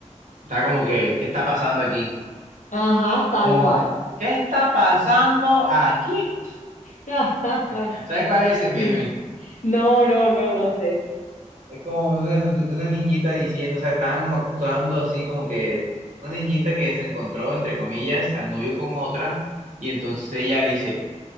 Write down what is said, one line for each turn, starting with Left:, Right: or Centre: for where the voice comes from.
Right: Está como que, ¿qué está pasando aquí?
Left: Ajá, tal
Right: Como,
Left: cual.
Right: ¿qué está pasando aquí?
Left: <laughs>
Right: <laughs> ¿Sabes cuál es ese meme?
Left: Sí, no, no, no, no sé.
Right: Es como de una, de una niñita diciendo, o sea, estaban como actuando así como que una niñita que se encontró, entre comillas, al novio con otra, y entonces ella dice,